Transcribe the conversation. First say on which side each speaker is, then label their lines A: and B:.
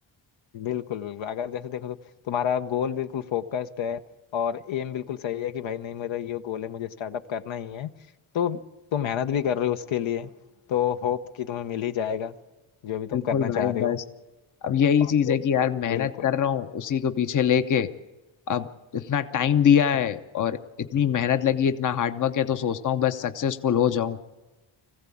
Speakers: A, on the left; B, on the left.
A: बिल्कुल बिल्कुल अगर जैसे देखो तो तुम्हारा गोल बिल्कुल फोकस्ड है और एम बिल्कुल सही है कि भाई नहीं मेरा ये गोल है मुझे स्टार्टअप करना ही है तो तुम मेहनत भी कर रहे हो उसके लिए तो होप कि तुम्हें मिल ही जाएगा जो भी तुम
B: है बिल्कुल
A: करना
B: भाई
A: चाह रहे
B: बस
A: हो
B: अब यही चीज
A: और जो-
B: है कि यार मेहनत
A: बिल्कुल
B: कर रहा हूँ उसी को पीछे लेके अब इतना टाइम दिया है
A: हम्म,
B: और इतनी मेहनत लगी इतना हार्डवर्क है तो सोचता हूँ बस सक्सेसफुल हो जाऊं